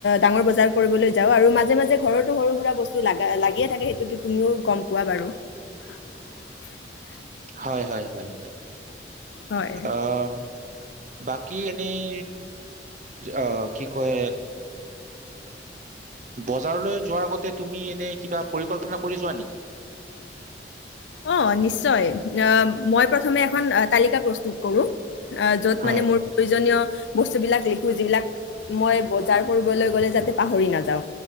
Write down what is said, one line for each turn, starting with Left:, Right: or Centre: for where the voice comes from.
Left: ডাঙৰ বজাৰ কৰিবলৈ যাওঁ আৰু মাজে মাজে ঘৰতো সৰু সুৰা বস্তু লাগে থাকে সেইটোতো তুমিও গম পোৱা বাৰু <unintelligible>
Right: হয় হয় হয় হয়
Left: হয়
Right: আহ বাকী এনেই আহ কি কয় বজাৰলৈ যোৱাৰ আগতে তুমি এনে কিবা পৰিকল্পনা কৰি যোৱা নেকি?
Left: অ নিশ্চয়। মই প্ৰথমে এখন তালিকা প্ৰস্তুত কৰো অ য'ত
Right: হয়,
Left: মানে মোৰ প্ৰয়োজনীয় বস্তুবিলাক লিখো যিবিলাক মই বজাৰ কৰিবলৈ গলে যাতে পাহৰি নাযাওঁ।